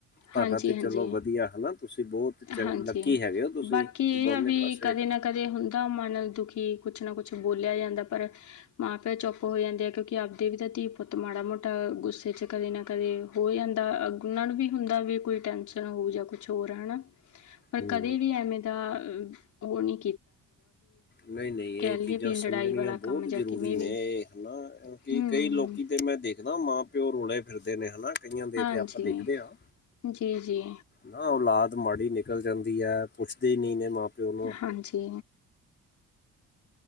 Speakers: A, on the left; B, on the left.
A: ਤੁਹਾਡਾ
B: ਹਾਂਜੀ
A: ਤੇ
B: ਹਾਂਜੀ
A: ਚਲੋ ਵਧੀਆ ਹਨਾ ਤੁਸੀਂ ਬੋਤ ਚੱਲ
B: ਹਾਂਜੀ।
A: ਲੱਕੀ ਹੈਗੇ ਹੋ ਤੁਸੀਂ
B: ਬਾਕੀ ਇਹ
A: ਦੋਨੇ
B: ਆ ਵੀ
A: ਪਾਸੇ।
B: ਕਦੇ ਨਾ ਕਦੇ ਹੁੰਦਾ ਮਨ ਦੁਖੀ ਕੁਛ ਨਾ ਕੁਛ ਬੋਲਿਆ ਜਾਂਦਾ ਪਰ ਮਾਂ ਪਿਓ ਚੁੱਪ ਹੋ ਜਾਂਦੇ ਆ ਕਿਉਂਕਿ ਆਪਦੇ ਵੀ ਤਾਂ ਧੀ ਪੁੱਤ ਮਾੜਾ ਮੋਟਾ ਗੁੱਸੇ ਚ ਕਦੇ ਨਾ ਕਦੇ ਹੋ ਜਾਂਦਾ ਉਹਨਾਂ ਨੂੰ ਵੀ ਹੁੰਦਾ ਵੀ ਕੋਈ ਟੈਨਸ਼ਨ ਹੋਊ ਜਾਂ ਕੁਛ ਹੋਰ ਹਨਾ। ਪਰ
A: ਹੂੰ
B: ਕਦੇ ਵੀ ਐਵੇਂ ਦਾ ਉਹ ਨੀ
A: ਨਹੀਂ ਨਹੀਂ ਇਹ
B: ਲਈਏ
A: ਚੀਜ਼ਾਂ
B: ਵੀ
A: ਸਮਝਣੀਆਂ
B: ਲੜਾਈ ਵਾਲਾ
A: ਬਹੁਤ
B: ਕੰਮ ਜਾਂ
A: ਜ਼ਰੂਰੀ
B: ਕਿਵੇਂ
A: ਨੇ
B: ਵੀ
A: ਹੈ ਨਾ। ਕਿ
B: ਹੂੰ
A: ਕਈ ਲੋਕੀ ਤੇ ਮੈਂ ਦੇਖਦਾ ਮਾਂ ਪਿਓ ਰੋਲੇ ਫਿਰਦੇ ਨੇ ਹੈ ਨਾ। ਕਈਆਂ ਦੇ
B: ਹਾਂਜੀ।
A: ਤੇ ਆਪਾਂ ਦੇਖਦੇ ਆ।
B: ਜੀ-ਜੀ
A: ਨਾ ਔਲਾਦ ਮਾੜੀ ਨਿਕਲ ਜਾਂਦੀ ਐ, ਪੁੱਛਦੀ ਨੀ ਤੇ ਮਾਂ ਪਿਓ ਨੂੰ
B: ਹਾਂਜੀ।